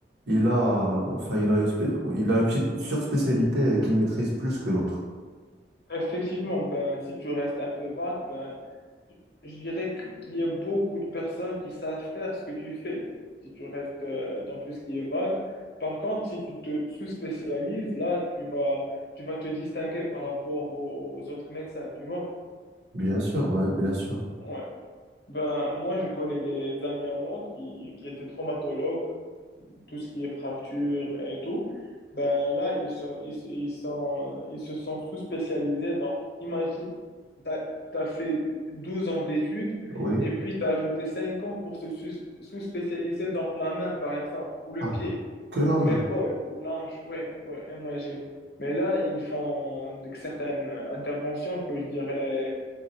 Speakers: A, on the right; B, on the left.
A: il a, enfin, il a une, spé- il a une petite surspécialité qu'il maîtrise plus que l'autre.
B: Effectivement, ben, si tu restes un peu vague, ben, je dirais que- qu'il y a beaucoup de personnes qui savent faire ce que tu fais, si tu restes euh, dans tout ce qui est vague. Par contre, si tu te sous-spécialises, là, tu vas, tu vas te distinguer par rapport aux autres médecins, tu vois?
A: Bien sûr, bah, bien sûr.
B: Ouais. Ben, moi, je connais des amis à moi qui, qui étaient traumatologues, tout ce qui est fracture et tout, ben là, ils se, ils, se- ils sont, ils se sont sous-spécialisés dans, imagine, t'as, t'as fait 12 ans d'études
A: Oui.
B: et puis t'as ajouté 5 ans pour se sus- sous-spécialiser dans la main, par exemple, ou le
A: Ah,
B: pied,
A: que la
B: ou
A: main.
B: l'épaule, ou l'anche ouais, ouais, imagine. Mais là, ils font de- certaines interventions que je dirais